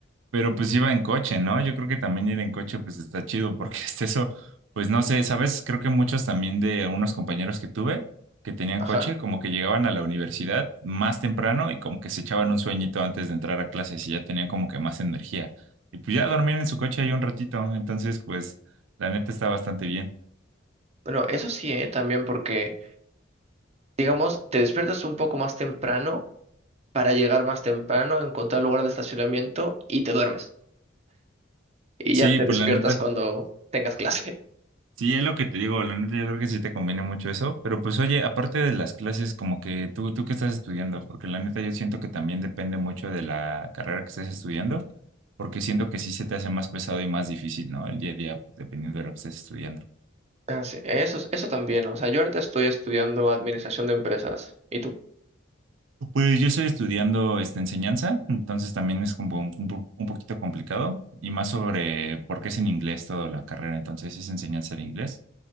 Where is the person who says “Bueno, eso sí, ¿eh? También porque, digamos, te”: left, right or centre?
Right